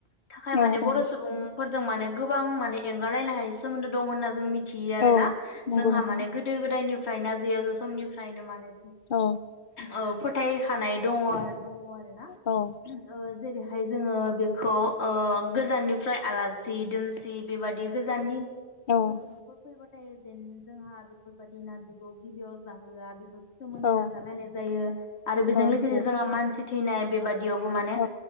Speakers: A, on the left; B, on the left.
A: थाखाय
B: औ
A: माने
B: औ
A: बर' सुबुं फोरजों माने गोबां माने एंगारलायनो हाय सोमोन्दो दं होनना जों मिथि यो आरोना
B: औ नंगौ
A: जोंहा
B: नोंथां
A: माने गोदो गोदायनि फ्राय ना जेल समनिफ्रायनो माने
B: औ
A: औ फोथायो थानाय दङ आरो दङ' आरोना
B: औ
A: ओम ओ जेरै - हाय जोङो बेखौ ओ गोजाननिफ्राय आलासि दोनसि बेबादि गोजाननि सुबुंफोर
B: औ
A: फैबा थाय जेन जोंहा बेफोरबायदि नारजिखौ गिबियाव जाहोआ बेफोर सोमोन्दो
B: औ
A: नागारलायनाय जायो आरो बेजों
B: औ
A: लोगोसे
B: नंगौ
A: जोंहा मानसि थिनाय बे यावनो माने
B: औ